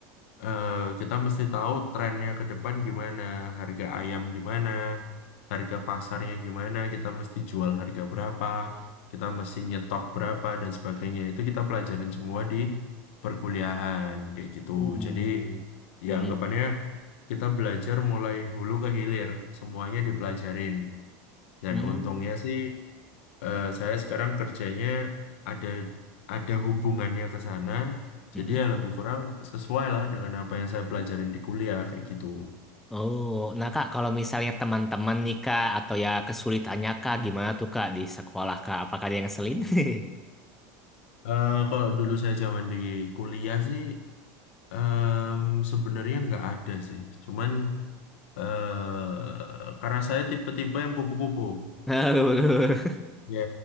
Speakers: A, on the left (about 80°); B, in the centre.
A: eh, kita mesti tahu trennya ke depan gimana, harga ayam gimana, harga pasarnya gimana, kita mesti jual harga berapa, kita mesti nyetok berapa dan sebagainya. Itu kita pelajarin semua di perkuliahan kayak gitu.
B: Uh.
A: Jadi ya
B: Hmm.
A: anggapannya kita belajar mulai hulu ke hilir, semuanya dipelajarin. Dan
B: Hmm.
A: untungnya sih eh, saya sekarang kerjanya ada ada hubungannya ke sana.
B: Mm-mm.
A: Jadi ya lebih kurang sesuai lah dengan apa yang saya pelajarin di kuliah kayak gitu.
B: Oh, nah Kak, kalau misalnya teman-teman nih Kak, atau ya kesulitannya Kak, gimana tuh Kak di sekolah Kak? Apakah ada yang ngeselin? <laughs>
A: Eh, kalau dulu saya zaman di kuliah sih em, sebenarnya nggak ada sih. Cuman eh karena saya tipe-tipe yang kupu-kupu.
B: Aduh.
A: Ya,